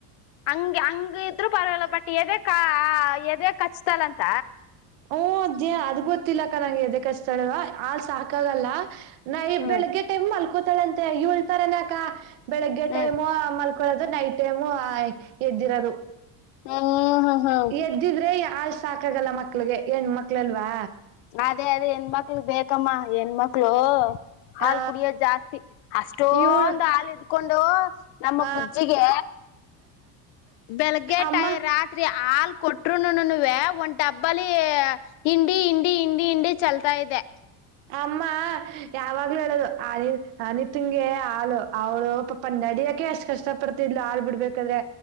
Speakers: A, on the left; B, on the right.
A: ಹಂಗಗೆ ಹಂಗ ಇದ್ರು ಪರವಾಗಿಲ್ಲ ಬಟ್ ಎದೆ ಕ ಎದೆ ಕಚ್ತಲ್ಲಂತ.
B: ಹಓ ಅದೇ ಅದ್ ಗೊತ್ತಿಲ್ಲಕ್ಕ ನಂಗೆ ಎದ ಕಸ್ತಾಳವ ಆ ಸಾಕಾಗಲ್ಲ. ನಾ
A: ಹ್ಮ್
B: ಬೆಳಗ್ಗೆ ಟೈಮ್ ಮಲ್ಕೋತಾಳ ಅಂತೆ ಈ ಉಳ್ತಾರನಕ ಬೆಳಗ್ಗೆ
A: ಹ್ಮ್
B: ಟೈಮ್ ಮಲ್. ಕೊಳ್ಳೋದು ನೈಟ್ ಟೈಮು ಎದ್ದಿರೋದು.
A: ಓ ಹ ಹಾ.
B: ಎದ್ದಿದ್ರೆ ಈ ಹಾಲ್ ಸಾಕಾಗಲ್ಲ ಮಕ್ಳಿಗೆ ಹೆಣ್ ಮಕ್ಳಲ್ವಾ.
A: ಅದೇ ಅದೇ ಹೆಣ್ ಮಕ್ಳಿಗೆ ಬೇಕ್ ಕ್ಕಮ್ಮ ಹೆಣ್ ಮಕ್ಳು ಹಾಲ್
B: ಹ
A: ಕುಡಿಯೋದ ಜಾಸ್ತಿ ಅಷ್ಟೊಂದು
B: ಇವಳು
A: ಹಾಲ್ ಇ ಕೊಂಡು ನಮ್ಮ
B: ಹ
A: ಕುಜ್ಜಿಗೆ ಬೆಳಗ್ಗೆ
B: ಅಮ್ಮ
A: ಟೈ ರಾತ್ ತ್ರೀ ಹಾಲ್ ಕೊಟ್ರುನುನುವೇ ಒಂದ್ ಡಬ್ಬಲಿ ಹಿಂಡಿ ಂಡಿ ಹಿಂಡಿ ಹಿಂಡಿ ಚಲ್ತಾ ಇದ್ದೆ.
B: ಅಮ್ಮ ಯಾವಾಗ್ಲೂ ಹೇಳದು. ಅನಿತಂಗೇ ಹಾಲು ಅವಳು ಪಾಪ ನಡಿಯಕೆ ಅಷ್ಟು ಕಷ್ಟ ಪಡ್ತಿದ್ಲು ಹಾಲ್ ಬಿಡ್ಬೇಕಾದ್ರೆ.